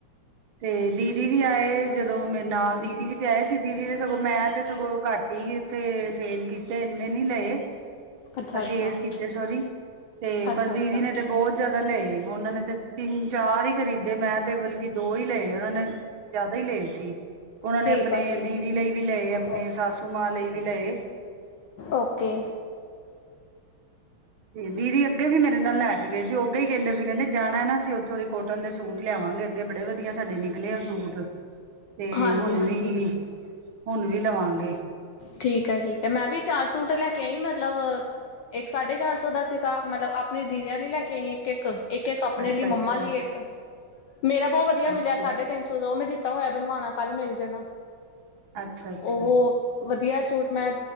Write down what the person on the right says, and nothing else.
ਤੇ ਦੀਦੀ ਵੀ ਆਏ, ਜਦੋ ਮੇਰੇ ਨਾਲ ਦੀਦੀ ਵੀ ਤੇ ਆਏ ਸੀ, ਦੀਦੀ ਤੇ ਸਗੋ ਮੈ ਤੇ ਸਗੋ ਘੱਟ ਠੀਕ ਇਥ ਸੇਲ ਕੀਤੇ ਇਨੇ ਨੀ ਲਏ
ਪਰਚੇਜ
ਕੀਤੇ ਸੋਰੀ ਤੇ
ਪਰ
ਦੀਦੀ ਨੇ ਤੇ ਬਹੁਤ ਜਿਆਦਾ ਲਏ ਉਹਨਾਂ ਨੇ ਤੇ ਤਿੰਨ ਚਾਰ ਹੀ ਖਰੀਦੇ ਮੈ ਤੇ ਬਲਕਿ ਦੋ ਹੀ ਲਏ ਉਹਨਾਂ ਨੇ ਜ਼ਿਆਦਾ ਹੀ ਲਏ ਸੀ, ਉਹਨਾਂ
ਨੇ ਆਪਣੇ
ਦੀਦੀ ਲਈ ਵੀ ਲਏ, ਆਪਣੇ
ਸਾਸੂ ਮਾਂ ਲਈ ਵੀ ਲਏ।
ਦੀਦੀ ਅੱਗੇ ਵੀ ਮੇਰੇ ਨਾਲ ਲੈ ਕੇ ਗਏ ਸੀ, ਉਹ ਅੱਗੇ ਹੀ ਕਹਿੰਦੇ ਪਏ ਸੀ, ਕਹਿੰਦੇ ਜਾਣਾ ਨਾ, ਅਸੀ ਉਥੋਂ ਦੀ ਕੋਟਨ ਦੇ ਸੂਟ ਲਿਆਵਾਂਗੇ ਅੱਗੇ ਬੜੇ ਵਧੀਆ ਸਾਡੇ ਨਿਕਲੇ ਆ ਸੂਟ ਤੇ
ਹੁਣ
ਵੀ, ਹੁਣ ਵੀ ਲਵਾਂਗੇ।
ਅੱਛਾ
ਅੱਛਾ
ਅੱਛਾ
ਅੱਛਾ
ਅੱਛਾ ਅੱਛਾ